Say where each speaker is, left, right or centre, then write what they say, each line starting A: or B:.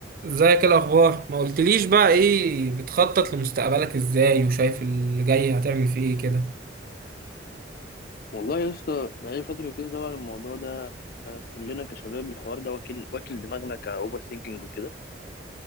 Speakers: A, on the right; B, on the left.
A: ازيك الاخبار ما قلتليش بقى ايه بتخطط لمستقبلك ازاي وشايف اللي جاي هتعمل فيه ايه كده
B: والله يا اسطى بقالي فترة كده طبعا الموضوع ده آه، كلنا كشباب الحوار ده واكل واكل دماغنا كأوفر ثينكينج وكده